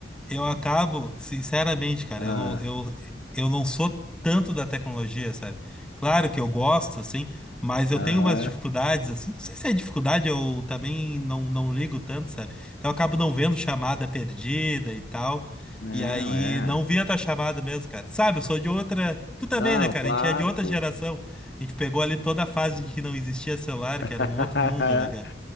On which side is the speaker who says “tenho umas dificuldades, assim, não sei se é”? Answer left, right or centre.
Centre